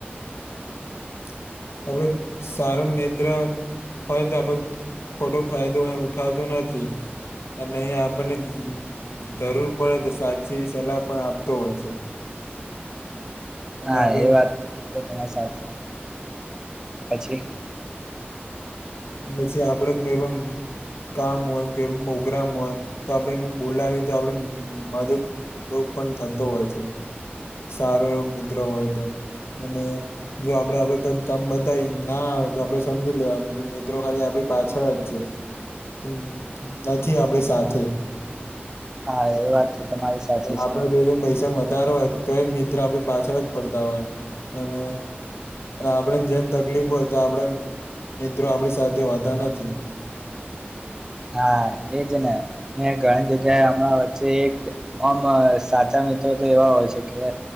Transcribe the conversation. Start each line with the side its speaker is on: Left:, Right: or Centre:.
Left: <inaudible> આપણે સારો મિત્ર હોય તો આપણે ખોટો ફાયદો એ ઉઠાવતો નથી. અને આપણને જ જરૂર પડે તો સાચી સલાહ પણ આપતો હોય છે. <inaudible>
Right: હા
Left: આપડે
Right: એ વાત તો તમારી સાચી પછી
Left: પછી આપડે <unintelligible> કામ હોય કે પ્રોગ્રામ હોય તો આપણે એ બોલાવી તો આપડે મદદ <unintelligible> પણ થતો હોય છે. સારો એવો મિત્રો હોય તો. અને જો આપણે, આપણે કઈક કામ બતાવી ના આવે તો આપણે સમજી લેવાનું. મિત્રો ખાલી આપણી પાછળ જ છે. હમ્મ નથી આપણી સાથે
Right: હા એ વાત તો તમારી સાચી
Left: આપણે
Right: છે
Left: <unintelligible> દર વખતે <unintelligible> મિત્ર આપણી પાછળ જ ફરતા હોય અને અને આપણને જેને તકલીફ હોય, તો આપણે મિત્રો આપણી સાથે હોતા નથી.
Right: હા, એજ ને મે ઘણી જગ્યાએ હમણાં વચ્ચે એકમ સાચા મિત્રો તો એવા હોય છે કે